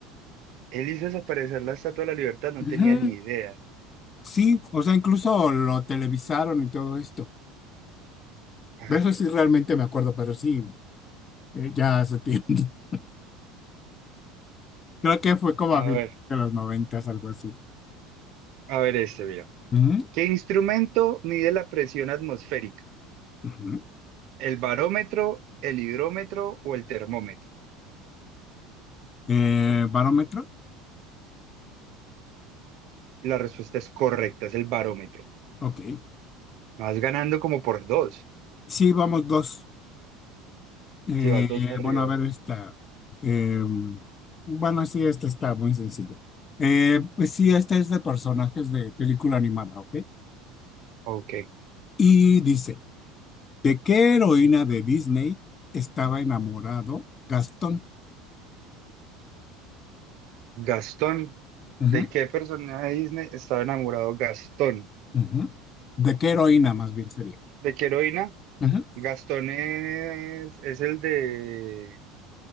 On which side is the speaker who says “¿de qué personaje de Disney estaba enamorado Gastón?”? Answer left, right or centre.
Right